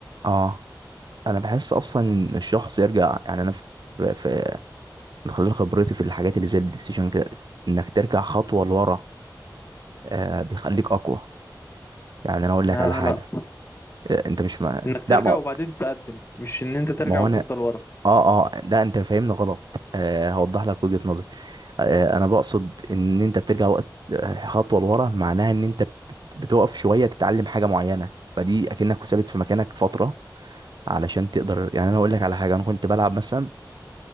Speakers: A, on the right; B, on the left.
A: اه انا بحس اصلا ان الشخص يرجع يعني انا في في- من خلال خبرتي في الحاجات اللي زي البلاي ستيشن كده انك ترجع خطوة لورا آه بيخليك اقوى يعني انا اقول لك
B: آه
A: على حاجه
B: لا
A: آه انت مش مع
B: انك ترجع
A: لا ما
B: وبعدين تقدم مش ان انت ترجع
A: ما هو
B: وتفضل
A: انا
B: ورا
A: اه اه لا انت فاهمني غلط آه هوضح لك وجهه نظري آه انا بقصد ان انت بترجع وقت آه، خطوه لورا معناها ان انت بت- بتقف شويه تتعلم حاجه معينه فدي اكنك ثابت في مكانك فتره علشان تقدر يعني انا اقول لك على حاجه انا كنت بلعب مثلا